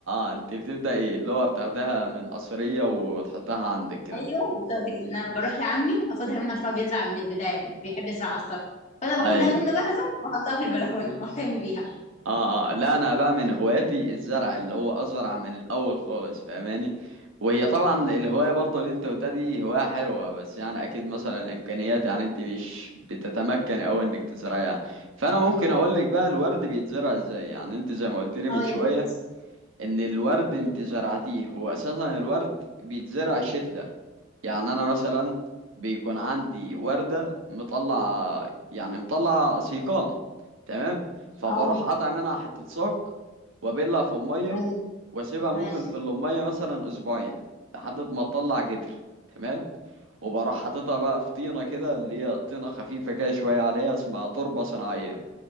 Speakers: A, on the right; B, on the left.
A: اه انت بتبدأ ايه اللي هو بتاخدها من قصرية وتحطها عندك كده
B: ايوه بالظبط كده انا بروح لعمي اخدها منه عشان هو بيزرع من البدايه ده بيحب يزرع على السطح فانا باخدها
A: اي
B: منه جاهزه واحطها في البلكونه <laughs> واهتم بيها
A: اه اه لا انا بقى من هواياتي الزرع اللي هو ازرع من الاول خالص فاهماني وهي طبعا الهوايه برضه اللي انت قلتها دي هوايه حلوه بس يعني اكيد مثلا الامكانيات يعني انت مش بتتمكن او انك تزرعيها فانا ممكن اقول لك بقى الورد بيتزرع ازاي يعني انت زي ما قلت لي من
B: اه يا
A: شويه
B: ريت
A: ان الورد انت زرعتيه هو اساسا الورد بيتزرع شتلة يعني انا مثلا بيكون عندي وردة مطلع يعني مطلع سيقان تمام فبروح
B: اه
A: قطع منها حتة ساق وابلها في المية
B: ايوه
A: واسيبها
B: فهمك
A: ممكن في المية مثلا اسبوعين لحد ما تطلع جدر تمام وبروح حاططها بقى في طينة كده اللي هي طينة خفيفة كده شوية عليها اسمها تربة صناعية